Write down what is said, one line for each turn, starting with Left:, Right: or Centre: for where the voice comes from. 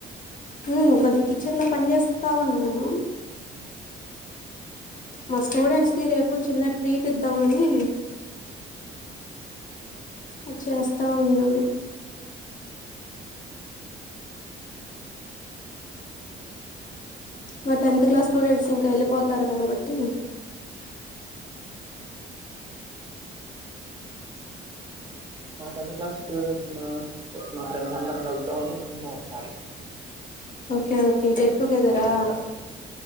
Left: ఉమ్ కొంచెం కిచెన్ లో పని చేేస్తా ఉన్నాను మా స్టూడెంట్స్ కి రేపు చిన్న ట్రీట్ ఇద్దామని అది చేస్తా ఉన్నాను మా టెన్త్
Right: ఉన్నారా
Left: క్లాస్ స్టూడెట్స్ ఇంకా ఎళ్ళపో తారు కాబట్టి
Right: మాత అంత క్లాస్ స్ర్ సున్నాన్నారు మా ఫ్రెండ్స్ అందరం కళ్తాని ఉన్నసారి
Left: ఓకే ఓకే గెట్ టుగెదరా
Right: అంతా